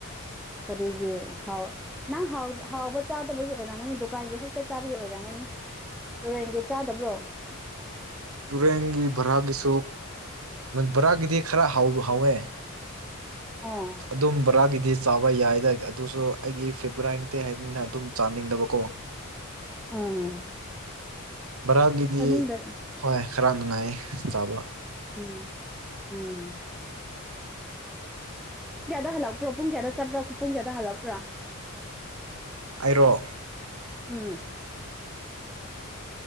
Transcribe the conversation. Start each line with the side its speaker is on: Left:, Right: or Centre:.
Centre: ꯀꯔꯤꯒꯤ ꯅꯪ ꯍꯥꯎꯕ ꯆꯥꯗꯕꯒꯤ ꯑꯣꯏꯔꯝꯒꯅꯤ ꯗꯨꯀꯥꯟꯒꯤ ꯈꯛꯇ ꯆꯥꯕꯒꯤ ꯑꯣꯏꯔꯝꯒꯅꯤ ꯇꯨꯔꯦꯟꯒꯤ ꯆꯥꯗꯕ꯭ꯔꯣ
Right: ꯇꯨꯔꯦꯟꯒꯤ ꯕꯥꯔꯥꯛꯀꯤꯁꯨ ꯕꯥꯔꯥꯛꯀꯤꯗꯤ ꯈꯔ ꯍꯥꯎꯋꯦ
Centre: ꯑꯥ
Right: ꯑꯗꯨꯝ ꯕꯣꯔꯥꯒꯤꯗꯤ ꯆꯥꯕ ꯌꯥꯏꯗꯥꯏ ꯑꯗꯨꯁꯨ ꯑꯩꯒꯤ ꯐꯤꯕꯣꯔꯥꯇꯩ ꯍꯥꯏꯅꯤꯅ ꯑꯗꯨꯝ ꯆꯥꯅꯤꯡꯗꯕꯀꯣ <unintelligible>
Centre: ꯑꯥ
Right: ꯚꯔꯥꯒꯤꯗꯤ
Centre: ꯆꯥꯅꯤꯡꯗ
Right: ꯍꯣꯏ ꯈꯔ ꯅꯨꯡꯉꯥꯏ ꯆꯥꯕ
Centre: ꯎꯝ ꯎꯝ ꯄꯨꯡ ꯀꯌꯥꯗ ꯍꯜꯂꯛꯄ꯭ꯔꯣ ꯄꯨꯡ ꯀꯌꯥꯗ ꯆꯠꯄ꯭ꯔꯥ ꯄꯨꯡ ꯀꯌꯥꯗ ꯍꯜꯂꯛꯄ꯭ꯔꯥ
Right: ꯑꯩꯔꯣ
Centre: ꯎꯝ